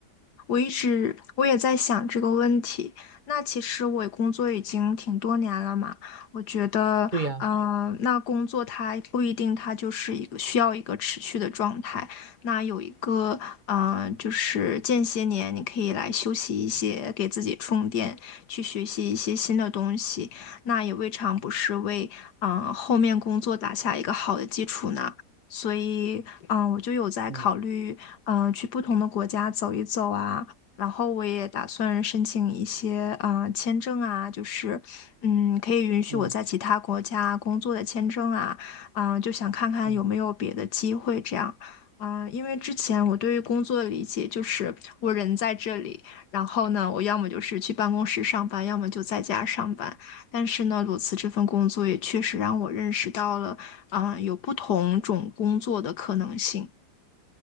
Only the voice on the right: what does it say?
对呀。
嗯
嗯
嗯